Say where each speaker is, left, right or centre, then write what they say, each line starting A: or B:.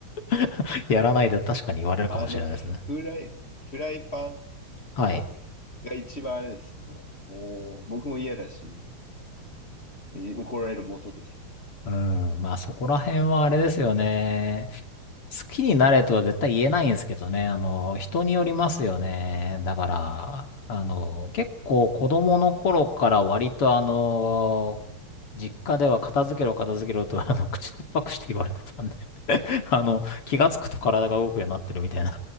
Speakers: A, on the left; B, on the left.
A: <laughs> やらないで確かに言われるかもしれないですね。
B: あの、フライ、フライパン
A: はい。
B: が一番あれですね。もう、もう僕も嫌だし、え怒られる元ですね。
A: うん。まあそこら辺はあれですよね。好きになれとは絶対言えないんですけどね。あの、人によりますよね。だから、あの、結構子供の頃から割とあの、実家では片付けろ片付けろと、あの、口突っぱくして言われてたんで <laughs> あの、気がつくと体が動くようになってるみたいな